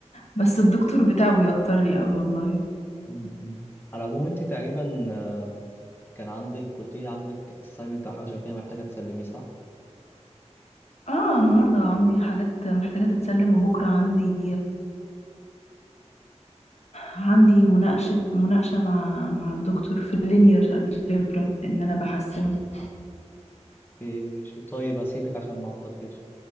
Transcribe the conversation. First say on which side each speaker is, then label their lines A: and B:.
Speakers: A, on the left; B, on the left.
A: بس الدكتور بتاعه بيوترني قوي والله
B: م- م. على العموم أنت تقريبا آه، كان عندك قلت لي عندك assignment أو حاجة شبه كده محتاجة تسلميه صح؟
A: اه النهارده عندي حاجات محتاجة تتسلم وبكرة عندي عندي مناقشة مناقشة مع مع الدكتور في اللينير الجبرا ان انا بحسنه
B: اوكي ماشي طيب هسيبك عشان ما أعطلكيش